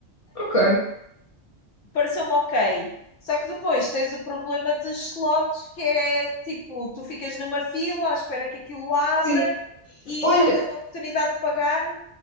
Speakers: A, on the left (about 35°); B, on the left (about 70°).
A: Ok.
B: pareceu-me ok. Só que depois tens o problema dos slots, que é tipo, tu ficas numa fila à espera que aquilo abra
A: Sim.
B: e
A: Olha,
B: só tens a oportunidade de pagar